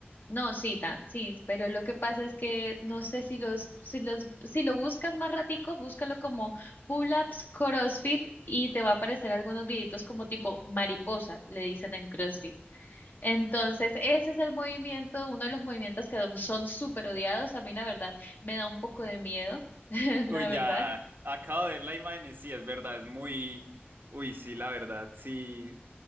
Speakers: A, on the left; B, on the right.
A: no, sí, ta- sí, pero lo que pasa es que no sé si los si los si lo buscas más ratico, búscalo como pull-ups CrossFit y te va a aparecer algunos videitos como tipo mariposa, le dicen en CrossFit. Entonces, ese es el movimiento, uno de los movimientos que son súper odiados, a mí la verdad me da un poco de miedo, <laughs> la
B: Uy,
A: verdad
B: ya acabo de ver la imagen y sí, es verdad, es muy, uy, sí, la verdad, sí.